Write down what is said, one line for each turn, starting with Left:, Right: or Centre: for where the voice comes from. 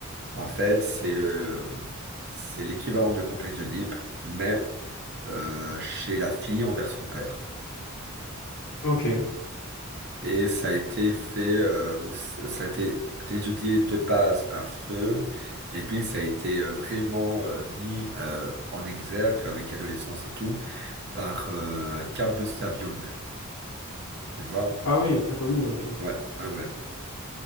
Right: En fait, c'est le, c'est l'équivalent du complexe de Deep, mais euh, chez la fille envers son père.
Left: Ok.
Right: Et ça a été fait, euh, ou s- ça a été étudié de base par Freud, et puis ça a été euh, vraiment euh, mis euh, en exergue avec l'adolescence et tout par euh, Carl Gustav Jung. Tu vois?
Left: Ah oui, très connu, ok.
Right: Ouais, ouais, ouais.